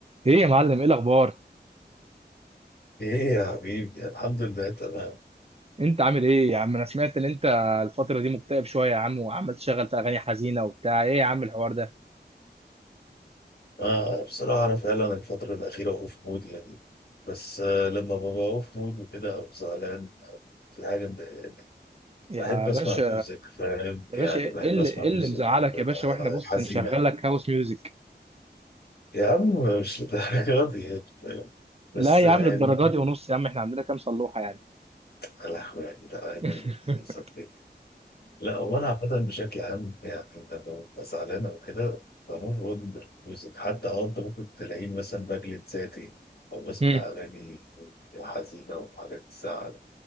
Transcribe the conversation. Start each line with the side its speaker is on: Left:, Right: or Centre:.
Right: ايه يا معلم ايه الاخبار
Left: ايه يا حبيبي الحمد لله تمام
Right: انت عامل ايه يا عم انا سمعت ان انت الفتره دي مكتئب شويه يا عم وعمال تشغل في اغاني حزينه وبتاع ايه يا عم الحوار ده
Left: آه بصراحة أنا فعلا الفترة الأخيرة أوف مود يعني بس آه لما ببقى أوف مود وكده أو زعلان أو في حاجة مضايقاني
Right: يا
Left: بحب
Right: باشا
Left: أسمع ميوزك فاهم
Right: يا
Left: يعني
Right: باشا ايه
Left: بحب
Right: اللي
Left: أسمع
Right: ايه اللي
Left: ميوزك
Right: مزعلك
Left: آه،
Right: يا باشا واحنا بص
Left: حزينة
Right: نشغل لك هاوس ميوزك
Left: يا عم مش للدرجة دي يعني، فاهم
Right: لا
Left: بس
Right: يا
Left: آه،
Right: عم للدرجه
Left: يعني ما
Right: دي ونص يا عم احنا عندنا كام صلوحه يعني
Left: تقلق يعني ده أنا
Right: <laughs>
Left: اللي ثبت لا هو انا عامه بشكل عام يعني لما ببقى زعلان او كده بموف اون بالميوزك حتى اه انت ممكن تلاقيني مثلا بجلد ذاتي او بسمع
Right: مم.
Left: اغاني حزينه وحاجات تزعل